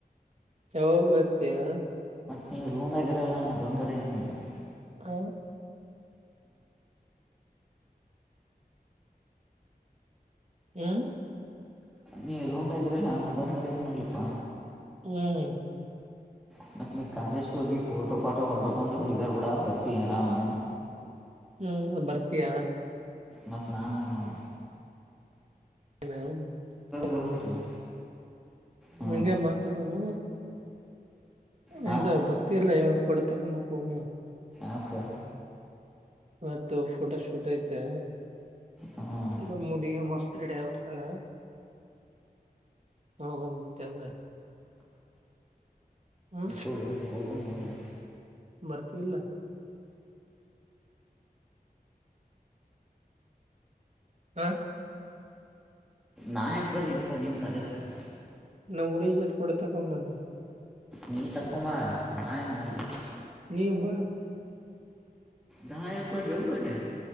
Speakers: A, on the right (about 45°); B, in the centre.
A: ಯಾವಾಗ ಬರ್ತೀಯಾ
B: ನೀ ರೂಮ್ದಾಗಿರಲ್ಲ ನಾ ಬಂದರ ಏನ್ ಮಾಡ್ಲಿ
A: ಹ ಹ್ಮ
B: ನೀ ರೂಮ್ದಾಗಿರಲ್ಲ ನಾ ಬಂದರೆ ಏನು ಮಾಡ್ಲಿಪ್ಪ
A: ಹ್ಮ
B: <inaudible> ಹೋಗಿ ಫೋಟೋ ಪಾಟೋ ಹೊಡ್ಬೇಕಂದು ಹುಡುಗಿಯರು ಕೂಡ ಬರ್ತೀವಿ ಆರಾಮ
A: ಹ್ಮ್ ಬರ್ತಯ
B: ಮತ್ತು ನಾವೇ ಮಾಡ
A: ಹ
B: ಬರಲ್ತದ ಹಾಂ
A: ಹಂಗೆ ಮಾತಾಡವ ಹದ
B: ಹಾಂ
A: ಬರ್ತಿರ್ಲಾ ಹೇಳಫಡ್ ತ ಹಮ್ಮ ಪಮ
B: ಓಕೆ
A: ಮತ್ ಫೋಟೋ ಶೂಟ್ ಐತೆ
B: ಹಾಂ
A: ನಮ್ಮ ಮುಡಿಗ ಮಸ್ತ್ ರೆಡಿ ಆಗರ್ತಾಳ ಹೋಗತ್ತ ಹಂಗ ಹ್ಮ
B: ಹೋಗು ಹೋಗು ಹೋಗು
A: ಬರ್ತಲ್ಲ ಹಾ
B: ನಾ ಯಾಕೆ ಬರ್ಲಿಪ್ಪ ನಿಮ್ಮ ಕಾಲೇಜ್ಗೆ
A: ನ ಮುಡಿಜ ಡೆ ತ ಕಂಬಲ್ಲ
B: ನೀ ತಕೊಂಬ ನಾ ಏನು ಮಾಡಲಿ
A: ನೀ ಬ
B: ನಾ ಯಾಕ್ ಬರ್ಲಿ ಮಾರಾಯ